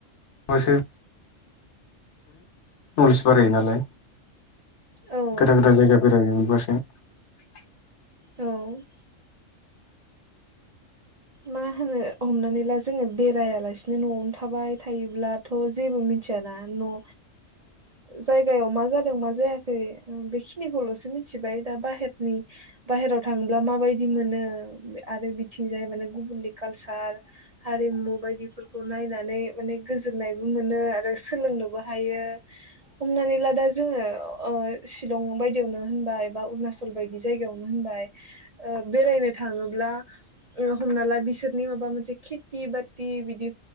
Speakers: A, on the left; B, on the right.
A: एसे नलेज बारायो नालाय
B: हो
A: गोदान गोदान जायगा बेरायनो मोनबासो <unintelligible>
B: औ मा होनो हमनानै ला जोङो बेरायालासिनो न'आवनो थाबाय थायोब्लाथ' जेबो मिथियाना न' ओ जायगायाव मा जादों मा जायाखै बेखिनिखौल' सो मिथिबाय दा बाहेरनि बाहेराव थांब्ला माबायदि मोनो आरो बिथिं जाय माने गुबुननि कालसार हारिमु बायदिफोरखौ नायनानै माने गोजोननायबो मोनो आरो सोलोंनोबो हायो हमनानै ला दा जोङो अ शिलं बायदियावनो होनबाय बा अरुणाचल बायदि जायगायावनो होनबाय ओ बेरायनो थाङोब्ला उम हमना ला बिसोरनि माबा मोनसे खेथि बाथि बिदि